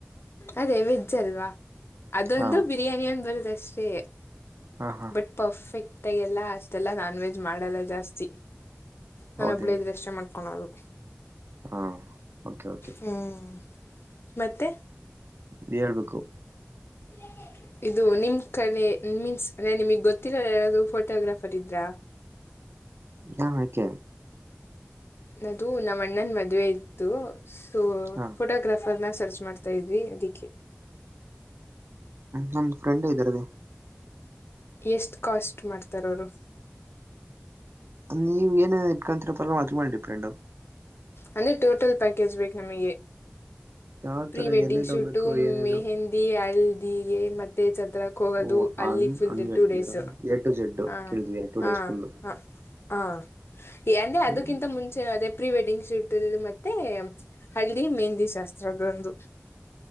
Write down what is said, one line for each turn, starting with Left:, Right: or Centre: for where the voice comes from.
Left: ಅದೇ ವೆಜ್ ಅಲ್ವಾ ಅದೊಂದು
Right: ಹಾ
Left: ಬಿರಿಯಾನಿ ಒಂದು ಬರುದ ಅಷ್ಟೇ
Right: ಹಾ ಹಾ
Left: ಬಟ್ ಪರ್ಫೆಕ್ಟ್ ಆಗೆಲ್ಲ ಅಷ್ಟೆಲ್ಲ ನಾನ್ ವೆಜ್ ಮಾಡಲ್ಲ ಜಾಸ್ತಿ ನಾನ
Right: ಹೌದೇನು
Left: ಒಬ್ಬಳ ಇದ್ರಷ್ಟೇ ಮಾಡ್ಕೊಳೋದು
Right: ಹಾ ಓಕೆ ಓಕೆ
Left: ಹ್ಮ್ ಮತ್ತೆ
Right: ನೀವೆ ಹೇಳ್ಬೇಕು
Left: <inaudible> ಇದು ನಿಮ್ ಕಡೆ ಮೀನ್ಸ್ ಅಂದ್ರೆ ನಿಮಗ ಗೊತ್ತಿರೋರ್ ಯಾರಾದ್ರೂ ಫೋಟೋಗ್ರಾಫರ್ ಇದ್ರಾ
Right: ಹಾ ಯಾಕೆ
Left: ಅದು ನಮ್ಮ ಅಣ್ಣನ್ ಮದ್ವೆ ಇತ್ತು ಸೊ
Right: ಹಾ
Left: ಫೋಟೋಗ್ರಾಫ್ ಫರ್ನ ಸರ್ಚ್ ಮಾಡ್ತಾ ಇದ್ವಿ ಅದಿಕ್ಕೆ
Right: ನಮ್ ಫ್ರೆಂಡ್ ಇದ್ದಾರೆ
Left: ಎಷ್ಟ ಕಾಸ್ಟ್ ಮಾಡ್ತಾರ ಅವರು
Right: ನೀವ ಏನ ಇಟ್ಕೊಂತರ ಪಾ ಅದರ ಮ್ಯಾಲ ಡಿಪೆಂಡ್
Left: ಅಂದ್ರೆ ಟೋಟಲ್ ಪ್ಯಾಕೇಜ್ ಬೇಕು ನಮಗೆ
Right: ಯಾವ್
Left: ಪ್ರೀ
Right: ತರ
Left: ವೆಡ್ಡಿಂಗ್
Right: ಎಲ್ಲೆಲ್ಲಿ
Left: ಶೂಟು
Right: ಹೋಗ್ಬೇಕು ಏನೇನು
Left: ಮೆಹೆಂದಿ ಹಲ್ದಿಗೆ ಮತ್ತೆ ಚ ಚತ್ರಕ್ಕ ಹೋಗೋದು
Right: ಓ
Left: ಅಲ್ಲಿ
Right: ಹಂಗ್
Left: ಫುಲ್
Right: ಹಂಗ್ ಹೇಳ್ತಿದೀರಾ
Left: ಟೂ ಡೇಸ್
Right: ಎ ಟು ಜೆಡ್
Left: ಹ
Right: ಕೇಳ್ತಿದೀರಾ ಟೂ
Left: ಹ
Right: ಡೇಸ್ ಫುಲ್
Left: ಹ ಹ ಅಂದ್ರೆ
Right: ಹ್ಮ್
Left: ಅದಕ್ಕಿಂತ ಮುಂಚೆ ಅದೇ ಪ್ರೀ ವೆಡ್ಡಿಂಗ್ ಶೂಟಲ್ ಮತ್ತೆ ಹಳ್ದಿ ಮೆಹಂದಿ ಶಾಸ್ತ್ರದೊಂದು